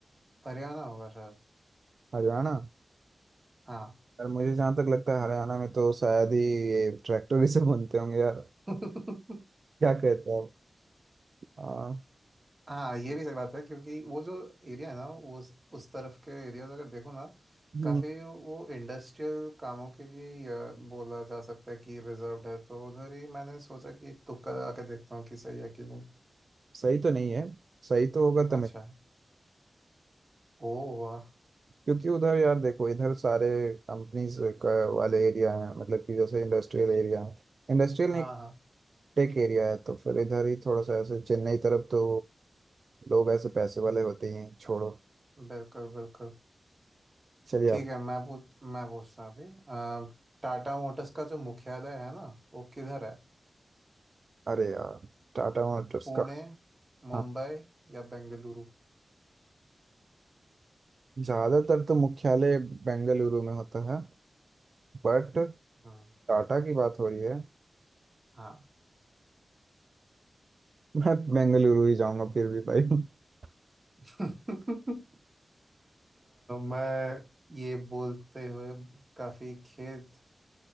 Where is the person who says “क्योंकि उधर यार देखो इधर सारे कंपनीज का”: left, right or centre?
Right